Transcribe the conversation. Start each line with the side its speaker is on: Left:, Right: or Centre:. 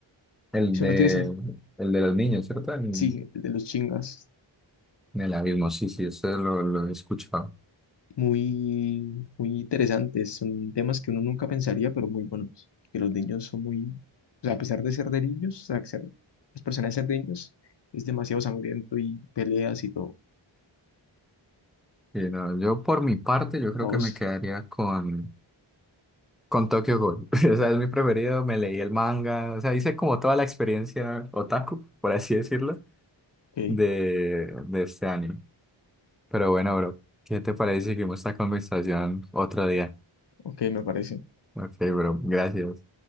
Centre: El
Left: Eso
Centre: de,
Left: no tiene sen-
Centre: el de los niños, ¿cierto? En,
Left: Sí, el de los chingas.
Centre: en el abismo, sí, sí, eso lo, lo he escuchado.
Left: Muy, muy interesantes. Son temas que uno nunca pensaría, pero muy buenos. Que los niños son muy. O sea, a pesar de ser de niños, o sea, que ser- los personajes de ser de niños, es demasiado sangriento y peleas y todo.
Centre: Sí, no, yo por mi parte, yo creo
Left: Todos
Centre: que me quedaría con... Con Tokyo Ghoul. <laughs> O sea, es mi preferido. Me leí el manga. O sea, hice como toda la experiencia otaku, por así decirlo,
Left: Ok,
Centre: de, de este anime. Pero bueno, bro, ¿qué te parece si seguimos esta conversación otro día?
Left: ok, me parece.
Centre: Ok, bro, gracias.